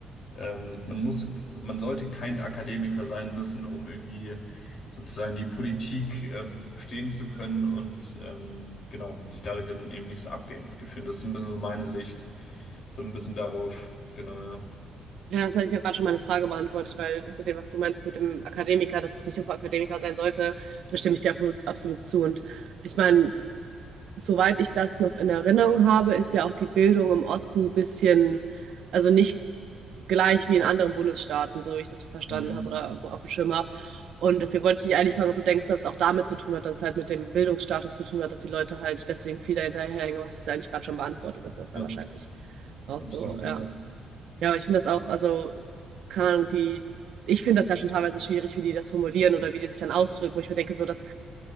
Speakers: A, on the left; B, on the right.
A: ähm, man muss, man sollte kein Akademiker sein müssen, um irgendwie sozusagen die Politik ähm, verstehen zu können und ähm, genau, sich dadurch dann eben nicht so abgehängt gefühlt. Das ist ein bisschen so meine Sicht, so ein bisschen darauf, genau, ja.
B: Ja, das hatte ich ja gerade schon meine Frage beantwortet, weil mit dem, was du meinst mit dem Akademiker, dass es nicht nur für Akademiker sein sollte, da stimme ich dir absolut, absolut zu. Und ich meine, soweit ich das noch in Erinnerung habe, ist ja auch die Bildung im Osten ein bisschen, also nicht gleich wie in anderen Bundesstaaten, so wie ich das verstanden
A: Hm,
B: habe oder auf dem Schirm habe. Und deswegen wollte ich dich eigentlich fragen, ob du denkst, dass es auch damit zu tun hat, dass es halt mit dem Bildungsstatus zu tun hat, dass die Leute halt deswegen viel dahinterherhängen. Aber Hast du ja eigentlich gerade schon beantwortet, dass das da
A: ja,
B: wahrscheinlich auch
A: absolut,
B: so, ja.
A: ja.
B: Ja, aber ich finde das auch, also, keine Ahnung, die, ich finde das ja schon teilweise schwierig, wie die das formulieren oder wie die sich dann ausdrücken. Wo ich mir denke, so, das